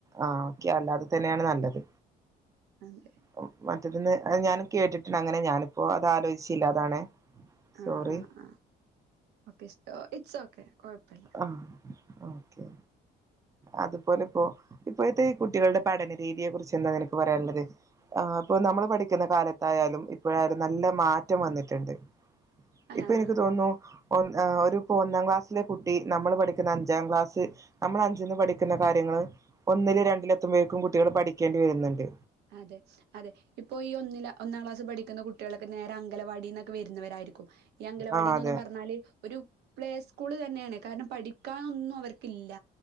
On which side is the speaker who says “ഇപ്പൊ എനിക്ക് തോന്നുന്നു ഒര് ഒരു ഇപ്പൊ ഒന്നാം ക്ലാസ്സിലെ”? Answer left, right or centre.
Right